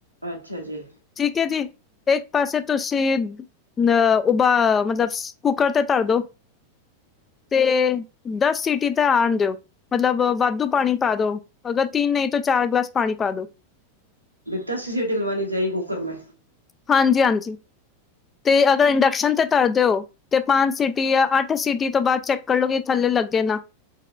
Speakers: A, on the right; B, on the left.
A: ਅੱਛਾ ਜੀ।
B: ਠੀਕ ਹੈ ਜੀ ਇੱਕ ਪਾਸੇ ਤੁਸੀ ਸੀਂ। ਅ ਉਬਾ ਮਤਲਬ ਕੁੱਕਰ ਤੇ ਧਰਦੋ ਤੇ। ਦਸ ਸੀਟੀ ਤਾਂ ਆਉਣ ਦਿਓ। ਮਤਲਬ ਵਾਧੂ ਪਾਣੀ ਪਾ ਦੋ ਅਗਰ ਤਿੰਨ ਨਹੀਂ ਤਾਂ ਚਾਰ ਗਲਾਸ ਪਾਣੀ ਪਾ ਦੋ।
A: ਦਸ ਸੀਟੀ ਲਗਵਾਣੀ ਚਾਹੀਦੀ ਕੁੱਕਰ ਮੇ।
B: ਹਾਂਜੀ -ਹਾਂਜੀ ਤੇ ਅਗਰ ਇੰਡਕਸ਼ਨ ਤੇ। ਧਰ ਦਿਓ ਤੇ ਪੰਜ ਸੀਿਟੀ ਆ ਅੱਠ ਸੀਿਟੀ ਤੋਂ ਬਾਅਦ ਚੈੱਕ ਕਰ ਲਓ ਕਿ ਥੱਲੇ ਲੱਗੇ ਨਾ।